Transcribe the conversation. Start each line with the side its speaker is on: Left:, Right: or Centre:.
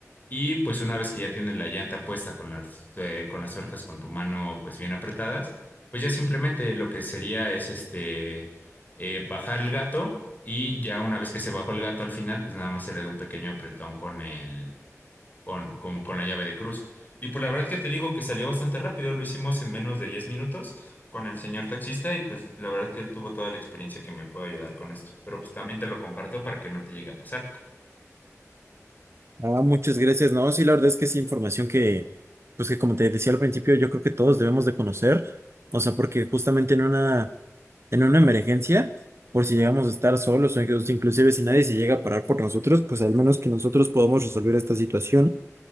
Left: y pues una vez que ya tienes la llanta puesta con las, eh, con las tuercas con tu mano pues bien apretadas, pues ya simplemente lo que sería es este eh, bajar el gato y ya una vez que se bajó el gato al final pues nada más se le da un pequeño apretón con el con, con, con la llave de cruz. Y pues la verdad que te digo que salió bastante rápido, lo hicimos en menos de 10 minutos con el señor taxista y pues la verdad que él tuvo toda la experiencia que me puede ayudar con esto. Pero pues también te lo comparto para que no te llegue a pasar.
Right: Ah, muchas gracias, ¿no? Sí, la verdad es que es información que, pues que como te decía al principio, yo creo que todos debemos de conocer, o sea, porque justamente en una, en una emergencia, por si llegamos a estar solos o inclusive si nadie se llega a parar por nosotros, pues al menos que nosotros podamos resolver esta situación.